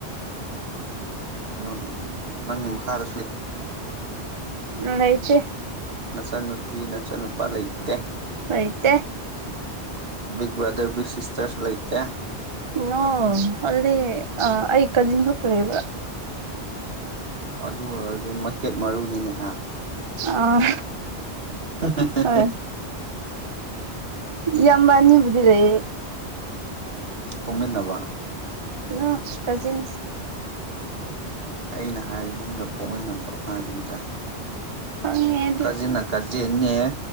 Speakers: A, on the right (about 60°); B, on the right (about 35°).
A: ꯑꯗꯨ ꯅꯪꯒꯤ ꯃꯈꯥꯗꯁꯨ
B: ꯂꯩꯇꯦ
A: ꯅꯆꯟꯅꯨꯄꯤ ꯅꯆꯟꯅꯨꯄꯥ ꯂꯩꯇꯦ꯫
B: ꯂꯩꯇ‌ꯦ꯫
A: ꯕꯤꯛ ꯕ꯭ꯔꯗꯔ ꯕꯤꯛ ꯁꯤꯁꯇꯔꯁꯨ ꯂꯩꯇꯦ꯫
B: ꯅꫭ ꯑꫭꯟꯂꯤ ꯑꯩ ꯀꯖꯤꯟ ꯈꯛꯇ ꯂꯩꯕ꯫
A: ꯑꯣ ꯑꯗꯨ ꯑꯣꯏꯔꯗꯤ ꯃꯩꯈ‌ꯦꯠ ꯃꯔꯨꯅꯤꯅꯦ ꯍꯥ
B: ꯑꯥ
A: ꯍ‌ꯦ ꯍꯦ ꯍ‌ꯦ꯫
B: ꯑꯦ ꯏꯌꯥꯝꯕ ꯑꯅꯤꯕꯨꯗꯤ ꯂꯩꯌꯦ꯫
A: ꯄꫭꯛꯃꯤꯟꯅꯕ꯫
B: ꯅꫭ ꯀꯖꯤꯟꯁ꯫
A: ꯑꯩꯅ ꯍꯥꯏꯗꯤ ꯅꯪꯒ ꯄꯣꯛꯃꯤꯟꯅꯕ ꯍꯥꯏꯕꯅꯤꯗ꯫
B: ꯈꯪꯉꯦ ꯑꯗꯨ
A: ꯀꯖꯤꯟꯅ ꯀꯖꯤꯟꯅ‌ꯦ꯫